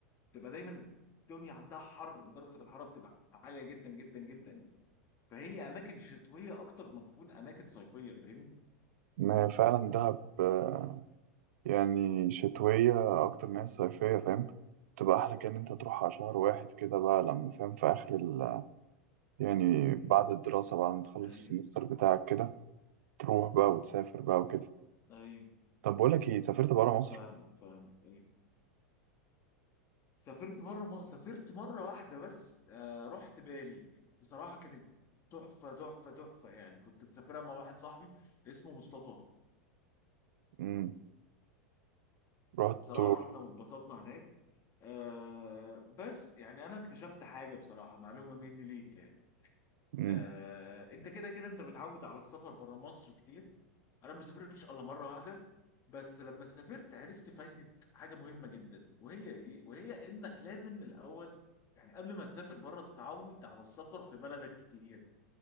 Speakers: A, on the left; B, on the right.
A: تبقى دايما الدنيا عندها حر درجه الحراره بتبقى عاليه جدا جدا جدا يعني فهي اماكن شتويه اكتر ما تكون اماكن صيفيه فاهمني؟
B: ما فعلا دهب آه، يعني شتوية أكتر من هي صيفية فاهم بتبقى أحلى كأن أنت تروحها شهر واحد كده بقى لما فاهم في آخر ال يعني
A: مم.
B: بعد الدراسة بعد ما تخلص
A: ايوه
B: السمستر بتاعك كده تروح بقى وتسافر بقى وكده
A: ايوه
B: طب بقولك إيه سافرت برا مصر؟
A: فاهم فاهم ايوه سافرت مره م... سافرت مره واحده بس آه رحت بالي بصراحه كانت تحفه تحفه تحفه يعني كنت مسافرها مع واحد صاحبي اسمه مصطفى
B: امم رحت
A: بصراحه رحنا واتبسطنا هناك آه بس يعني انا اكتشفت حاجه بصراحه معلومه مني ليك يعني
B: امم
A: آه، انت كده كده انت متعود على السفر بره مصر كتير انا ما سافرتش الا مره واحده بس لما سافرت عرفت فايده حاجه مهمه جدا وهي ايه وهي انك لازم الاول يعني قبل ما تسافر بره تتعود على السفر في بلدك كتير